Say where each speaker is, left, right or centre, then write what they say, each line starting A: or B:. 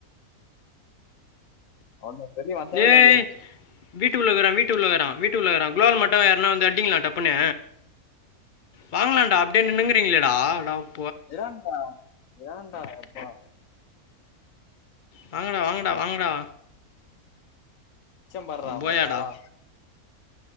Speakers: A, on the left; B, on the left.
A: <unintelligible>
B: ஏய்
A: ஆகும்
B: வீட்டுஉள்ளகுறான் வீட்டு உள்ள வறான் வீட்டு உள்ள குளால் மட்டும் யார்னா வந்தா அடிங்கள டப்புன்னு வாங்கலான்டா அப்டியே நின்னுங்கிறீங்ளேடா அடாப்
A: இராண்டா ஏண்டா யப்பா
B: வாங்கடா வாங்கடா வாங்கடா
A: அச்சம் பார்றா
B: போயாடா
A: மஜாவா